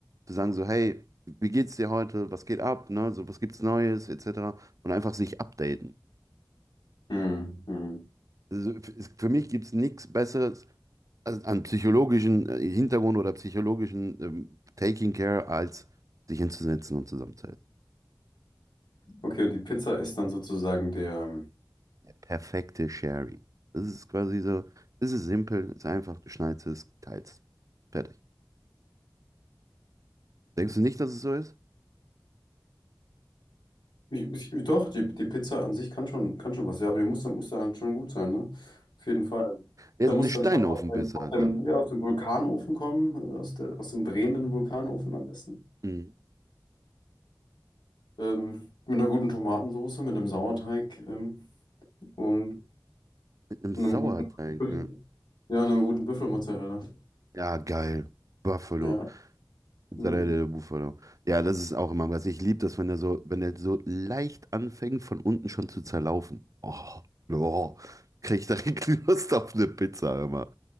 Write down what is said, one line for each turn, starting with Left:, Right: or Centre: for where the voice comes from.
Right: Zu sagen so, hey, wie geht's dir heute? Was geht ab? Ne? So, was gibt's Neues? Etc. Und einfach sich updaten.
Left: hm, hm.
Right: Also f- für mich gibt es nichts Besseres als- an psychologischen äh, Hintergrund oder psychologischen ähm, Taking Care, als sich hinzusetzen und zusammen
Left: Okay, und die Pizza ist dann sozusagen der.
Right: Der perfekte Sharing. Das ist quasi so, es ist simpel, es ist einfach, du schneidest es, teilst. Fertig. Denkst du nicht, dass es so ist?
Left: Ich, ich, doch, die, die Pizza an sich kann schon, kann schon was, ja, aber die muss dann, muss dann halt schon gut sein, ne? Auf jeden Fall.
Right: Ja,
Left: Da
Right: eine
Left: muss
Right: Steinofenpizza
Left: dann schon aus dem, aus
Right: halt
Left: dem,
Right: dann.
Left: ja, aus dem Vulkanofen kommen, äh, aus der, aus dem drehenden Vulkanofen am besten.
Right: Mhm.
Left: Ähm, mit einer guten Tomatensauce, mit einem Sauerteig, ähm, und
Right: Mit einem Sauerteig.
Left: einem guten. <laughs>
Right: Ja,
Left: Ja, einen guten Büffelmozzarella.
Right: ja geil. Buffalo.
Left: Ja.
Right: Mozzarella
Left: Mhm.
Right: de Bufalo. Ja, das ist auch immer was. Ich liebe das, wenn der so, wenn der so leicht anfängt, von unten schon zu zerlaufen. Oh, oh, krieg ich direkt <laughs> Lust auf eine Pizza immer.